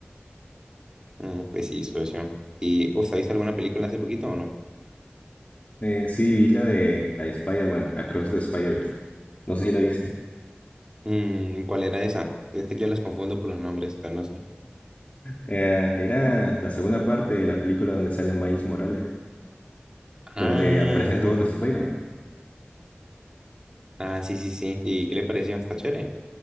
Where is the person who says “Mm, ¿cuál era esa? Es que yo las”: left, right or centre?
Right